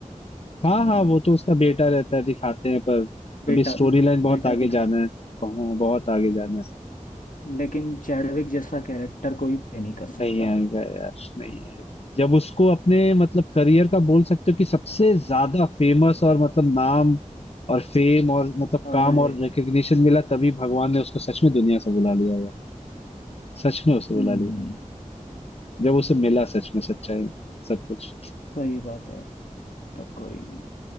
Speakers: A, on the left; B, on the left.
A: हाँ
B: हम्म,
A: हाँ वो तो उसका बेटा रहता है दिखाते हैं पर अभी
B: बेटा
A: स्टोरी लाइन बहुत
B: बेटा
A: आगे
B: दिखाता
A: जाना है हाँ, बहुत आगे जाना
B: है लेकिन चैडविक जैसा कैरेक्टर कोई प्ले नहीं कर
A: है
B: सकता
A: नहीं आएगा यार नहीं आएगा जब उसको अपने मतलब करियर का बोल सकते हो कि सबसे ज्यादा फेमस और मतलब नाम और फेम और मतलब
B: अरे
A: काम और रिकग्निशन मिला तभी भगवान ने उसको सच में दुनिया से बुला लिया यार सच में उसे बुला
B: हम्म
A: लिया जब उसे मिला सच में सच्चाई सब कुछ
B: सही बात है तो कोई नहीं